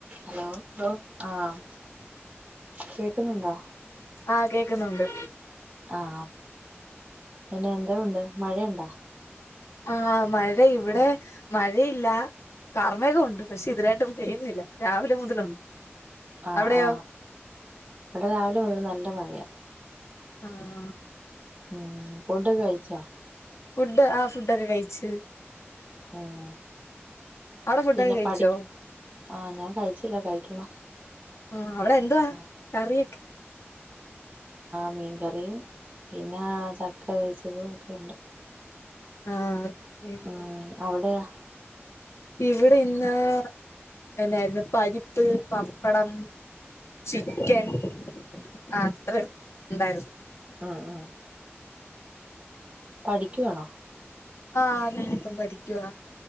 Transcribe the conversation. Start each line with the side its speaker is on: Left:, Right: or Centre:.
Right: Hello ലോ ആഹ് കേക്കുന്നുണ്ടോ
Left: ആ കേക്കുന്നുണ്ട്
Right: ആഹ പിന്നെ എന്തോ ഉണ്ട് മഴയുണ്ടോ
Left: ആഹ മഴ ഇവിടെ മഴയില്ല കർമ്മേകം ഉണ്ട് പക്ഷെ ഇതിനായിട്ടും പെയുന്നില്ല രാവിലെ മുതലുണ്ട്
Right: ആ
Left: അവിടെയോ
Right: ആ ഇവിടെ രാവിലെ മുതൽ നല്ല മഴയാ
Left: ആഹ
Right: ഉം ഫുഡ്‌ കഴിച്ചാ
Left: ഫുഡ് ആ ഫുഡൊക്കെ കഴിച്ച്
Right: ആഹ
Left: അവിടെ ഫുഡൊക്കെ
Right: പിന്നെ
Left: കഴിച്ചോ
Right: പഠി ആഹ ഞാൻ കഴിച്ചില്ല കഴിക്കണം
Left: ആ അവിടെ എന്തുവാ
Right: ആഹ്
Left: കറിയൊക്കെ
Right: മീൻകറിയും പിന്നെ ചക്ക വേവിച്ചതും ഒക്കെ ഉണ്ട്
Left: ആഹ ഓക്കെ
Right: ഉം അവിടെയാ
Left: ഇവിടെ ഇന്ന് പിന്നായിരുന്നു പരിപ്പ് പപ്പടം ചിക്കൻ ആ അത്ര ഉണ്ടായിരുന്നു
Right: ആഹ ആഹ പഠിക്കുവാണോ
Left: ആ ഞാനിപ്പം പഠിക്കുവാ